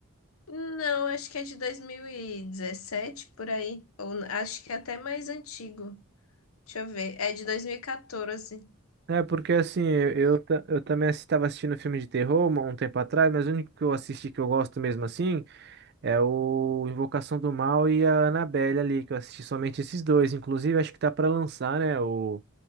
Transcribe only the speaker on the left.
Não, acho que é de 2017, por aí. Ou n- acho que é até mais antigo. Deixa eu ver. É de 2014.